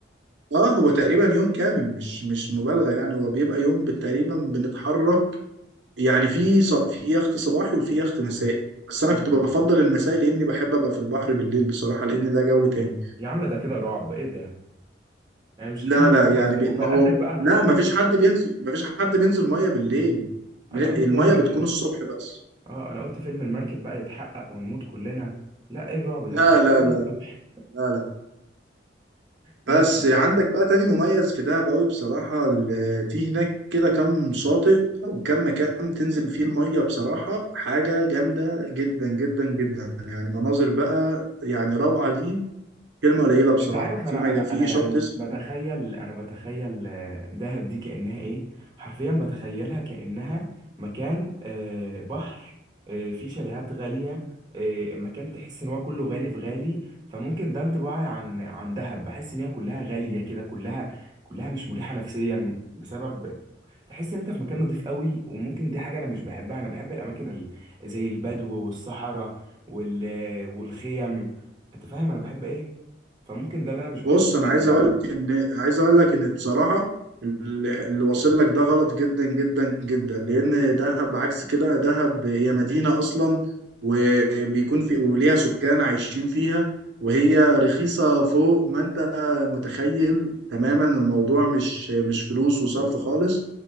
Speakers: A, on the right (about 70°); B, on the right (about 25°).
A: اه هو تقريبا يوم كامل مش مش مبالغة يعني هو بيبقى يوم تقريبا بنتحرك يعني في ص... في يخت صباحي وفي يخت مسائي بس انا
B: مم.
A: كنت بفضل المسائي لاني بحب ابقى في البحر بالليل بصراحه لان ده جو تاني
B: يا عم ده كده رعب ايه ده؟ يعني مش
A: لا
B: كفايه
A: لا يعني بي...
B: وفي
A: ما
B: الاخر
A: هو
B: بقى
A: لا ما فيش حد بينزل ما فيش حد بينزل ميه بالليل
B: انا قلت
A: الميه
B: يعني
A: بتكون الصبح بس
B: اه انا قلت فيلم المركب بقى يتحقق ونموت كلنا لا ايه الرعب ده
A: لا
B: احنا
A: لا
B: قاعدين
A: لا
B: الصبح
A: لا لا
B: مم.
A: بس عندك بقى تاني مميز في دهب قوي بصراحة ال- في هناك كده كام شاطئ وكم مكان تنزل فيه المية بصراحة حاجة جامدة جدا جدا جدا يعني مناظر بقى يعني روعة دي كلمه قليله بصراحه
B: انت عارف انا
A: في مج...
B: انا
A: في
B: انا يعني
A: شط اسمه
B: بتخيل انا بتخيل آه، دهب دي كانها ايه حرفيا بتخيلها كانها مكان آه، بحر آه، فيه شاليهات غاليه آه، مكان تحس ان هو كله غالي في غالي فممكن ده انطباعي عن عن دهب بحس ان هي كلها غاليه كده كلها كلها مش مريحه نفسيا بسبب تحس ان انت في مكان نضيف قوي وممكن دي حاجه انا مش بحبها انا بحب الاماكن ال- زي البدو والصحراء وال والخيم انت فاهم انا بحب ايه فممكن ده اللي انا مش
A: بص
B: بحبه فيها
A: انا عايز
B: قوي
A: اقول لك ان عايز اقول لك ان بصراحه اللي اللي واصل لك ده غلط جدا جدا جدا لان دهب عكس كده دهب هي مدينه اصلا وبيكون في وليها سكان عايشين فيها وهي رخيصه فوق ما انت متخيل تماما الموضوع مش مش فلوس وصرف خالص